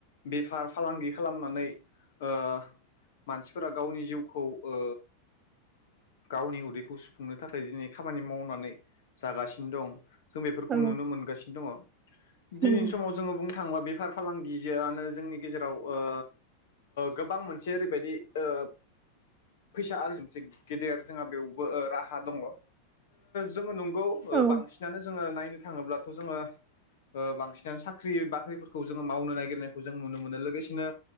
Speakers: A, on the left; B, on the right.
A: बेफार फालांगि खालामनानै ओ मानसिफोरा गावनि जिउखौ ओ गावनि उदैखौ सुफुंनो थाखाय दिनै खामानि मावनानै जागासिनो दं जों बेफोरखौ
B: औ
A: नुनो मोनगासिनो दङ। दिनैनि
B: नंगौ
A: समाव जोङो बुंनो थाङोबा बेफार फालांगिआनो जोंनि गेजेराव ओ गोबां मोनसे ओरैबायदि ओ फैसा आरजिनायनि मोनसे गेदेर जोंहा बेवबो राहा दङ। जोङो नंगौ
B: औ
A: बांसिनानो जोङो नायनो थाङोब्लाथ' जोङो बांसिनानो साख्रि बाख्रिफोरखौ जोङो मावनो नागिरनायखौ जों नुनो मोनो। लोगोसेनो